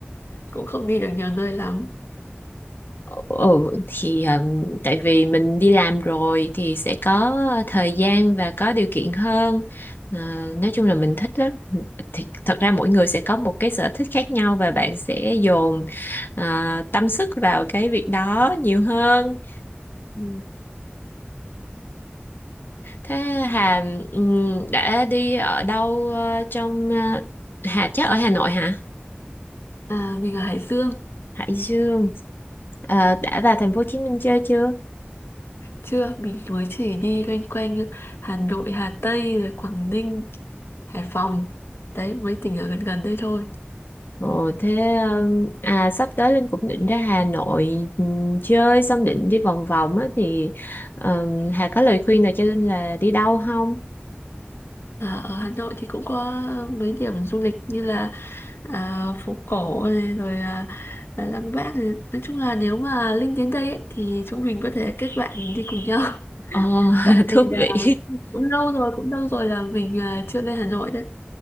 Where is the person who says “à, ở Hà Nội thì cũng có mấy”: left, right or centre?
Left